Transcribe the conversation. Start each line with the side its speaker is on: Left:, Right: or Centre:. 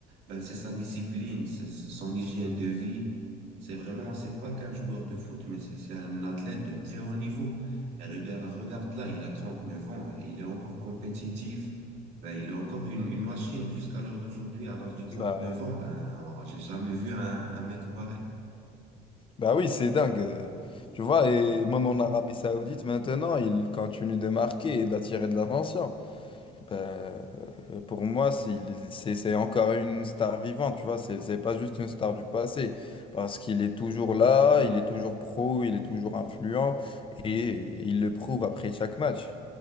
Right: ben c'est sa discipline, c'est c'est son hygiène de vie. C'est vraiment, c'est pas qu'un joueur de foot, mais c'est c'est un athlète de très haut niveau. Et regarde, regarde là, il a 39 ans et il est encore compétitif. Ben, il est encore une, une machine jusqu'à l'heure d'aujourd'hui, à l'âge de trente
Left: Bah,
Right: neuf ans. Ben, oh, j'ai jamais vu un, un mec pareil.
Left: bah oui, c'est dingue. euh, Tu vois, et même en Arabie Saoudite maintenant, il continue de marquer et d'attirer de l'attention. Bah, euh, pour moi, s'il- c'est c'est encore une star vivante, tu vois, c'est c'est pas juste une star du passé. Parce qu'il est toujours là, il est toujours pro, il est toujours influent et il le prouve après chaque match.